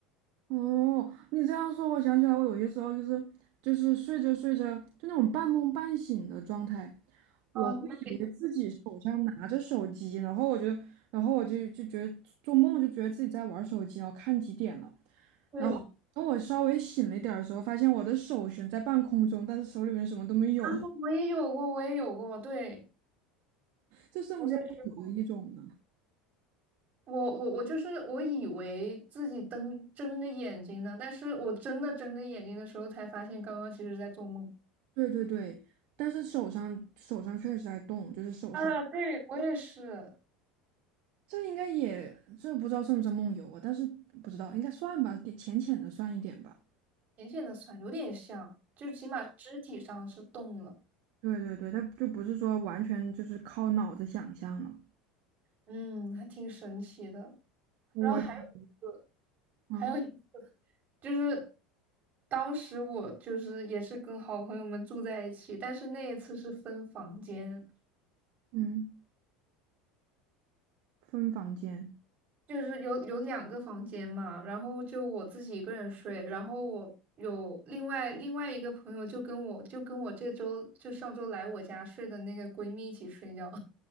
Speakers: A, on the right (about 60°); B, on the right (about 40°).
A: 哦，你这样说，我想起来，我有些时候就是就是睡着睡着，就那种半梦半醒的状态，我会以为自己手上拿着手机，
B: 眼那也
A: 然后我就然后我就就觉得做梦就觉得自己在玩手机，然后看几点了，
B: 对，
A: 然后等我稍微醒了一点儿的时候，发现我的手悬在半空中，但是手里面什么都没有，
B: 啊，我也有过，我也有过，对，
A: <laughs> 这算不算有的一种呢？
B: 我也试过。我我我就是我以为自己瞪睁着眼睛呢，但是我真的睁着眼睛的时候才发现，刚刚其实在做梦。
A: 对对对，但是手上手上确实在动，就是手手，
B: 啊，对，我也是，
A: 这应该也这不知道算不算梦游啊？但是不知道应该算吧，点浅浅的算一点吧。
B: 浅浅的酸，有点像，就起码肢体上是动了，
A: 对对对，它就不是说完全就是靠脑子想象了。
B: 嗯，还挺神奇的。
A: 我
B: 然后还有一次，
A: 嗯
B: 还个，就是当时我就是也是跟好朋友们住在一起，但是那一次是分房间，
A: 嗯，分房间，
B: 就是有有两个房间嘛，然后就我自己一个人睡，然后我有另外另外一个朋友就跟我就跟我这周就上周来我家睡的那个闺蜜一起睡觉，